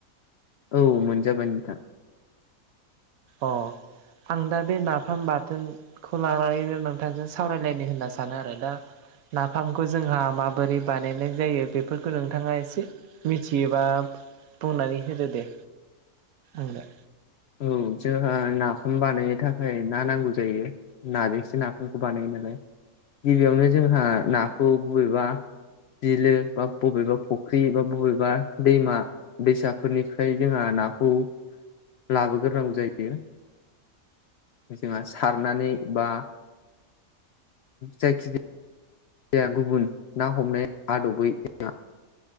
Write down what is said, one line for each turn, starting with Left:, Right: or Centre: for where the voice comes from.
Left: औ मोनजाबाय नोंथां‌।
Right: अ आं दा बे नाफाम बाथोन खौ लानानैनो नोंथांजों सावरायलायनो होनना सानो आरो दा नाफामखौ जोंहा माबोरै बानायनाय जायो बेफोरखौ नोंथाङा एसे मिथियोबा बुंनानै होदो दे आंनो
Left: औ जोंहा नाफाम बानायनो थाखाय ना नांगौ जायो नाजोंसो नाखौामखौ बानायो नालाय गिबियावनो जोंहा नाखौ बबेबा बिलो बा बबेबा फुख्रि बा बबेबा दैमा दैसाफोरनिफ्राय जोंहा नाखौ लाबोग्रोनांगौ जायो जोंहा सारनानै बा जायखिजाया गुबुन ना हमनाय आदबै ए